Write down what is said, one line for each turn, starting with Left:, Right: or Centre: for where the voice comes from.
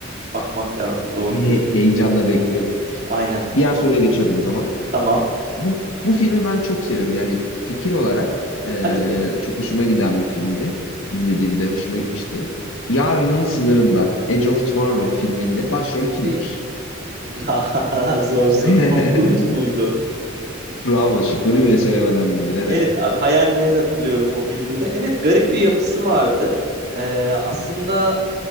Right: bakmak lazım. Doğru
Left: He-
Right: diyorsun.
Left: heyecanla bekliyorum.
Right: Aynen.
Left: Diğer soruya geçiyorum o zaman.
Right: Tamam.
Left: Bu, bu filmi ben çok seviyorum. Yani fikir olarak eee,
Right: Hadi bakalım.
Left: çok hoşuma giden bir filmdi. İzlediğimde hoşuma gitmişti. Yarının Sınırında, Edge of Tomorrow filminde başrol kimdir?
Right: Hey. Ya <laughs> zor soru.
Left: <laughs>
Right: Tom Cruise muydu?
Left: Bravo, şıkları bile söylemeden bildin, evet.
Right: Evet, a- hayal meyal hatırlıyorum o filmi de. Evet, garip bir yapısı vardı. Ee, aslında